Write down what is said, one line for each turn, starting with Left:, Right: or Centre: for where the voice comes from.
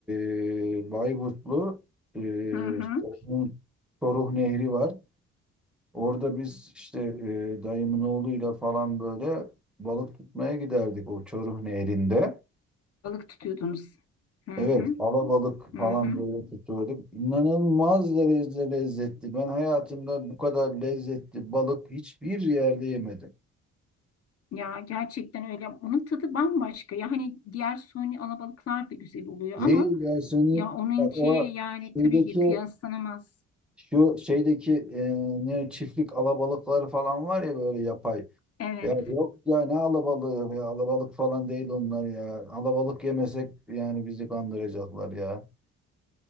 Centre: e, Bayburtlu e,
Left: Hı hı.
Centre: işte onun Çoruh Nehri var orada biz işte e, dayımın oğluyla falan böyle balık tutmaya giderdik o Çoruh Nehri'nde.
Left: Balık tutuyordunuz. Hı hı.
Centre: Evet, alabalık
Left: Hı
Centre: falan
Left: hı.
Centre: böyle tutuyorduk. İnanılmaz derecede lezzetli. Ben hayatımda bu kadar lezzetli balık hiçbir yerde yemedim.
Left: Ya gerçekten öyle. Onun tadı bambaşka. Ya hani diğer suni alabalıklar da güzel oluyor
Centre: Değil
Left: ama
Centre: ya seni
Left: ya onunki
Centre: bak o
Left: yani
Centre: şeydeki
Left: tabii ki kıyaslanamaz.
Centre: şu şeydeki e, ne çiftlik alabalıkları falan var ya böyle yapay.
Left: Evet.
Centre: Ya yok ya ne alabalığı ya alabalık falan değil onlar ya. Alabalık yemesek yani bizi kandıracaklar ya.